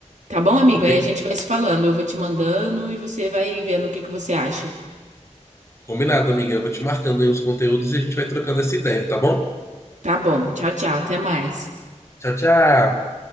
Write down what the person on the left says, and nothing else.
combi-
Combinado, amiga. Eu vou te marcando aí os conteúdos e a gente vai trocando essa ideia, tá bom?
Tchau, tchau.